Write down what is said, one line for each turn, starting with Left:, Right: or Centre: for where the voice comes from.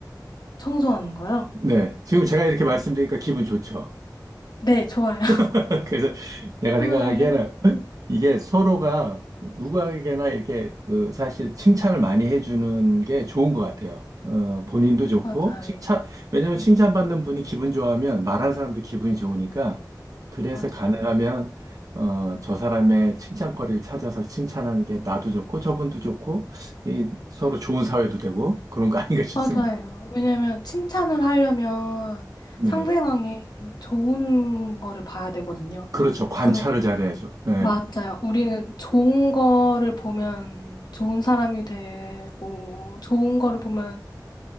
Left: 청소하는 거요?
Right: 네. 지금 제가 이렇게 말씀드리니까
Left: 네,
Right: 기분 좋죠.
Left: 네, 좋아요. <laughs>
Right: <laughs> 그래서 내가
Left: 좋아요.
Right: 생각하기에는 이게 서로가 누구에게나 이렇게 어, 사실 칭찬을 많이 해주는 게 좋은 것 같아요. 어, 본인도 좋고,
Left: 맞아요.
Right: 칭찬, 왜냐면 칭찬받는 분이 기분 좋아하면 말하는 사람도 기분이 좋으니까, 그래서
Left: 맞아요.
Right: 가능하면, 어, 저 사람의 칭찬거리를 찾아서 칭찬하는 게 나도 좋고, 저분도 좋고, 이 서로 좋은 사회도 되고, 그런 거 아닌가 <laughs> 싶습니다.
Left: 맞아요. 왜냐면 칭찬을 하려면
Right: 네.
Left: 상대방이 좋은 거를 봐야 되거든요.
Right: 그렇죠. 관찰을
Left: 그리고
Right: 잘해야죠. 네.
Left: 맞아요. 우리는 좋은 거를 보면 좋은 사람이 되고 좋은 거를 보면